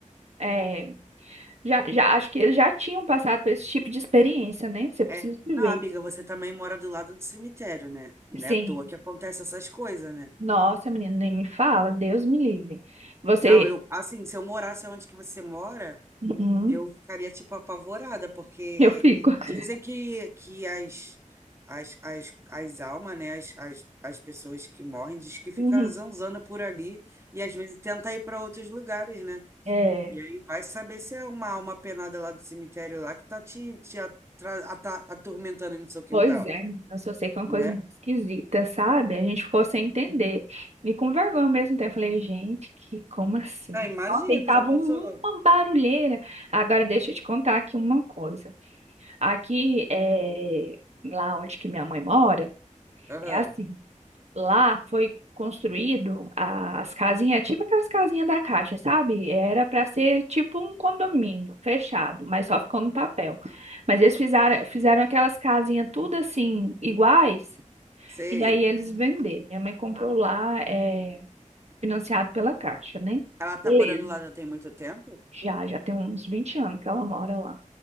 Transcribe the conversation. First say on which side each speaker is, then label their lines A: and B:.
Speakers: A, on the right; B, on the right.
A: é, já, já, acho que eles já tinham passado por esse tipo de experiência, né? Você precisa
B: É.
A: viver.
B: Não, amiga, você também mora do lado do cemitério, né? Não
A: Sim.
B: é à toa que acontece essas coisas, né?
A: Nossa, menina, nem me fala. Deus me livre. Você.
B: Não, eu, assim, se eu morasse onde que você mora,
A: Uhum,
B: eu ficaria, tipo, apavorada, porque
A: eu fico. <laughs>
B: dizem que, que as, as, as, as almas, né, as, as, as pessoas que morrem, diz que fica
A: Uhum.
B: zanzando por ali e às vezes tenta ir para outros lugares, né?
A: É.
B: E aí vai saber se é uma alma penada lá do cemitério lá que tá te, te atra- ata- atormentando no seu quintal,
A: Pois é, menina, eu só sei que é uma
B: né?
A: coisa muito esquisita, sabe? A gente ficou sem entender. E com vergonha ao mesmo tempo. Eu Falei, gente, que como assim?
B: Ah, imagino,
A: Nossa, e tava
B: já pensou?
A: um- uma barulheira. Agora deixa eu te contar aqui uma coisa. Aqui, é, lá onde que minha mãe mora,
B: Aham,
A: é assim. Lá foi construído a- as casinhas, tipo aquelas casinhas da Caixa, sabe? Era para ser tipo um condomínio fechado, mas só ficou no papel. Mas eles fizeram, fizeram aquelas casinhas tudo assim, iguais,
B: sei.
A: e aí eles venderam. Minha mãe comprou lá, é, financiado pela Caixa, né?
B: Ela tá
A: Beleza.
B: morando lá já tem muito tempo?
A: Já, já tem uns 20 anos que ela mora lá.